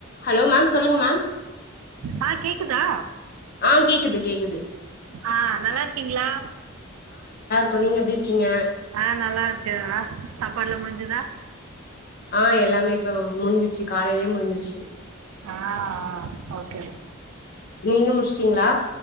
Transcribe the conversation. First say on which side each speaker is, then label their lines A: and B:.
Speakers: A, on the left; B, on the right.
A: ஹலோ மேம் சொல்லுங்க மேம்
B: ஆ கேக்குதா
A: ஆஹ் கேக்குது கேக்குது
B: ஆஹ் நல்லார்க்கிங்ளா
A: கொ நீங்க எப்டிர்க்கிங்க
B: ஆஹ் நல்லா இருக்கே அ சாப்பாட்லா முடிஞ்சுதா
A: ஆஹ் எல்லாமே இப்ப முடிஞ்சிச்சு காலைலயே முடிஞ்சிச்சு
B: ஆஹ் ஓகே
A: நீங்க முடிச்சுட்டீங்களா